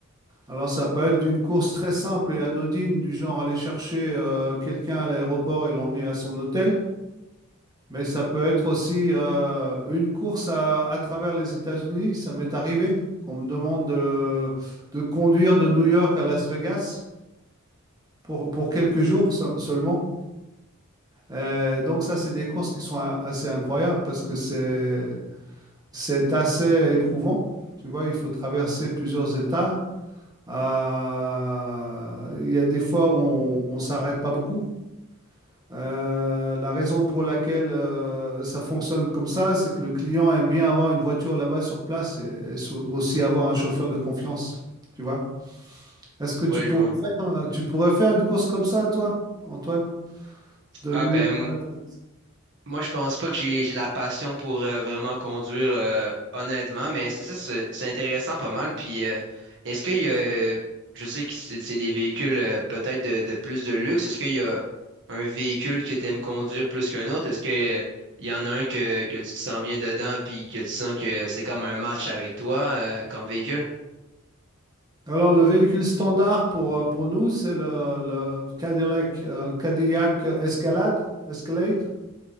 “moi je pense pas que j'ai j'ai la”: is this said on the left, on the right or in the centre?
Right